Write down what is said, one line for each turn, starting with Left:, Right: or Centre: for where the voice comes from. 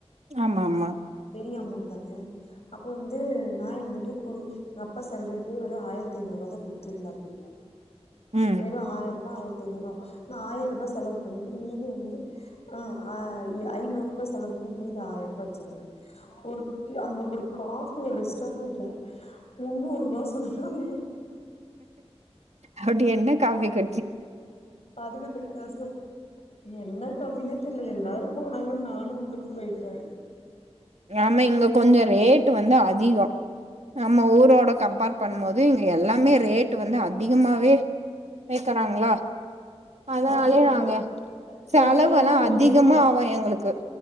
Right: ஆமாமா
Left: பெரிய அமௌண்ட் தான அப்ப வந்து நா இருந்துட்டு குடி அப்பா செலவுக்கே வெறு ஆயிரத்தி ஐநூறு ரூவாதா குடுத் திருந்தாப்டி
Right: ம்
Left: வெறு ஆயரூபா ஆயிரத்தி ஐநூறுபா நா ஆய்ரூபா செலவு பண்ணிட்டு மீதி வந்து ஆ ஐ ஐநூறு ரூபா செலவு பண்ணிட்டு மீதி ஆயி ரூபா வெச்சிருந்த ஒரு அந்த ஒரு காஃபி ஒரு ரிஸ் டாரன்ட்ல முன்னூறு ரூவா சொல்றாங்க
Right: அப்படி என்ன காஃபி கு
Left: அதுக்கு அந்த காசு என்ன காஃவினே தெரில எல்லாரு போனாங்க நானு உள்ளுக்கு போயிட்ட
Right: ஆமா இங்க கொஞ்சோ ரேட்டு் வந்து அதிகோ நம்ம ஊரோட கம்பேர் பண்ணும்போது இங்க எல்லாமே ரேட் வந்து அதிகமாவே வைக்கிறாங்களா அதனாலே
Left: அப்புறோ
Right: நாங்க செலவெல்லா
Left: தெரியாம
Right: அதிகமா
Left: என்னடா
Right: ஆவு எங்களுக்கு